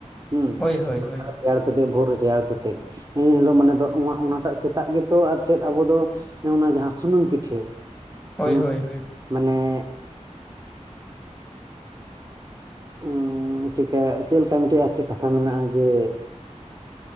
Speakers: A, on the right (about 30°); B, in the centre.
A: ᱦᱩᱸ
B: ᱦᱳᱭ ᱦᱳᱭ
A: ᱾
B: ᱦᱳᱭ
A: ᱭᱟᱲ ᱠᱟᱫᱮᱯ ᱵᱷᱳᱨ ᱨᱮᱭᱟᱲ ᱠᱟᱛᱮᱫ ᱩᱝ ᱦᱤᱞᱳᱜ ᱢᱟᱱᱮ ᱫᱚ ᱩᱣᱟ ᱚᱱᱟᱴᱟᱜ ᱥᱮᱛᱟᱜ ᱜᱮᱛᱚ ᱟᱨ ᱪᱮᱫ ᱟᱵᱚ ᱫᱚ ᱾ ᱚᱱᱟ ᱡᱟᱦᱟᱸ ᱥᱩᱱᱩᱢ ᱯᱤᱴᱷᱟᱹ
B: ᱦᱳᱭ
A: ᱦᱩᱸ
B: ᱦᱳᱭ ᱦᱳᱭ
A: ᱢᱟᱱᱮ ᱾ ᱩᱢ ᱪᱤᱠᱟᱹ ᱪᱮᱞᱠᱟ ᱢᱤᱫᱴᱮᱡ ᱟᱨ ᱥᱮ ᱠᱟᱛᱷᱟ ᱢᱮᱱᱟᱜᱼᱟ ᱡᱮ